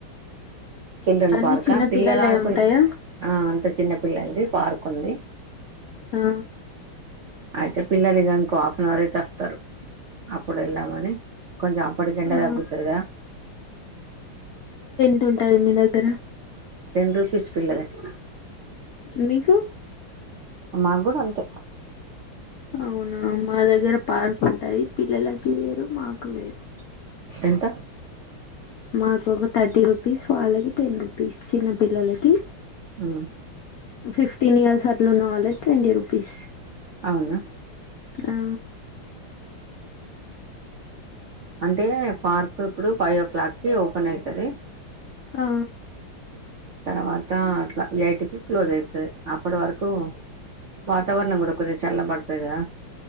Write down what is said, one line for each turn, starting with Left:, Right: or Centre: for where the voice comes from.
Right: చిల్డ్రన్
Left: అన్ని
Right: పార్కా
Left: చిన్న
Right: ఆ పిల్లలు
Left: పిల్లలే
Right: ఆడుకునే
Left: ఉంటాయా
Right: అంత చిన్నపిల్లలది పార్క్ ఉంది
Left: ఆ
Right: అయితే పిల్లలుంకో హాఫ్ అన్ హౌర్ అయితే వస్తారు అప్పుడు వెళ్దామని కొంచెం అప్పటికీ ఎండ
Left: ఆ
Right: తగ్గుతుంది కదా
Left: ఎట్లా ఉంటది మీ దాగర
Right: టెన్ రూపీస్ పిల్లలకి
Left: మీకు
Right: మా గూడా అంతే
Left: అవునా మా దగ్గర పార్క్ ఉంటది పిల్లల కి వేరు మాకు వేరు
Right: ఎంత
Left: మాకు ఒక థర్టీ రూపీస్ వాళ్ళకి టెన్ రుపీస్ చిన్న పిల్లలకి
Right: ఆమ్మ్
Left: ఫిఫ్టీన్ ఇయర్స్ అట్లు ఉన్నవాలికి ట్వంటీ రూపీస్
Right: అవునా
Left: అ
Right: అంటే పార్క్ ఇప్పుడు ఫైవ్ ఓ క్లాక్ కి ఓపెన్ అయితది
Left: హ
Right: తర్వాత అట్లా ఎయిట్ కి క్లోజ్ ఐతది అప్పటి వరకు వాతవరణం కూడా కొద్దిగా చల్ల బడుతది కదా